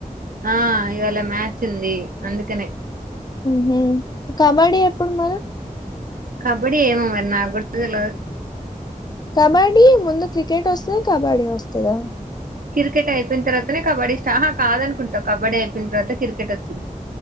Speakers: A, on the right; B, on the left.
A: ఆ ఇవాళ మ్యాచ్ ఉంది అందుకనే
B: హ కబడ్డీ ఎప్పుడు మరి
A: కబడ్డి ఏమొ మరి నాకు కూడాతెలువదు
B: కబడ్డీ ముందు క్రికెట్ వస్తదా కబడ్డీ వస్తదా
A: క్రికెట్ అయిపోయిన తర్వాతనే కబడ్డీ స్టా ఆ కాదనుకుంటావు కబడ్డీ అయిపోయిన తర్వాత క్రికెట్ వచ్చింది